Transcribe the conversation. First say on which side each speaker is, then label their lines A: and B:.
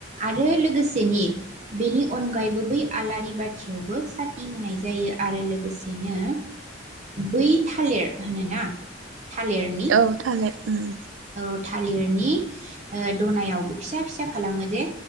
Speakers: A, on the right; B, on the right.
A: आरो लोगोसेनि बेनि अनगायैबो बै आलारि बाथियावबो साथि होनाय जायो आरो लोगोसेनो बै थालिर होनोना। थालिरनि
B: औ थालेर। उम।
A: औ थालिरनि ओ दनायावबो फिसा-फिसा खालामो दे।